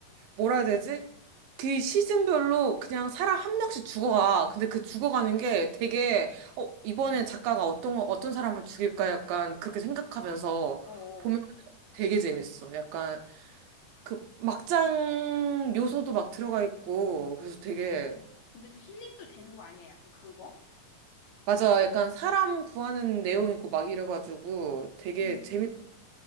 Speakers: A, on the right; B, on the left.
A: 뭐라 해야 되지? 그 시즌별로 그냥 사람 한 명씩 죽어가. 근데 그 죽어가는 게 되게 어, 이번에 작가가 어떤 거- 어떤 사람을 죽일까 약간 그렇게 생각하면서
B: 어, 어.
A: 보면 되게 재밌어. 약간 그 막장 요소도 막 들어가 있고 그래서 되게
B: 아, 근데 또 힐링도 되는 거 아니야? 약간 그거?
A: 맞아. 약간 사람 구하는 내용 있고 막 이래가지고 되게
B: 음.
A: 재밌